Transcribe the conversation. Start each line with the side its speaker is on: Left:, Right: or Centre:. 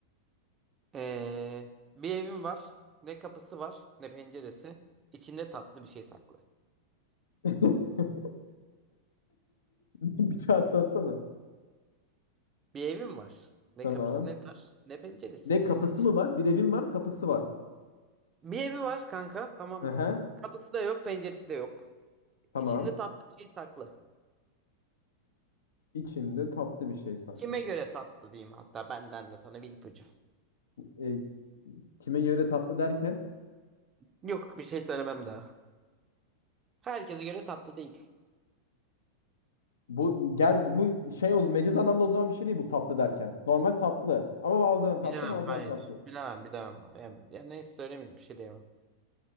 Right: Ee, bir evim var. Ne kapısı var ne penceresi. İçinde tatlı bir şey saklı.
Left: <laughs> Bir daha sorsana.
Right: Bir evim var. Ne
Left: Tamam.
Right: kapısı ne var ne penceresi.
Left: Ne kapısı
Right: İçinde
Left: mı var? Bir evim var, kapısı var.
Right: Bir evi var kanka tamam
Left: Aha,
Right: mı? Kapısı da yok, penceresi de yok.
Left: tamam.
Right: İçinde tatlı bir şey saklı.
Left: İçinde tatlı bir şey saklı.
Right: Kime göre tatlı diyeyim hatta benden de sana bir ipucu.
Left: E, kime göre tatlı derken
Right: Yok bir şey söylemem daha. Herkese göre tatlı değil.
Left: bu ger bu şey o meciz anlamda o zaman bir şey değil bu tatlı derken. Normal tatlı. Ama bazılarına
Right: Bilemem
Left: tatlı, bazılarına
Right: hayır.
Left: tatsız.
Right: Bilemem bilemem. Yani, yani neyse söylemeyeyim bir şey diyemem.